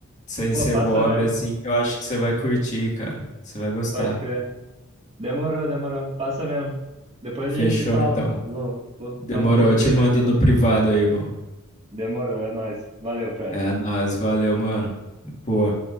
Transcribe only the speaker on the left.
Sem
ser
Bob,
assim, que eu acho que você vai curtir, cara. Você vai gostar.
Fechou,
então.
Demorou,
eu te mando
no privado aí, irmão.
É nóis, valeu, mano. Boa.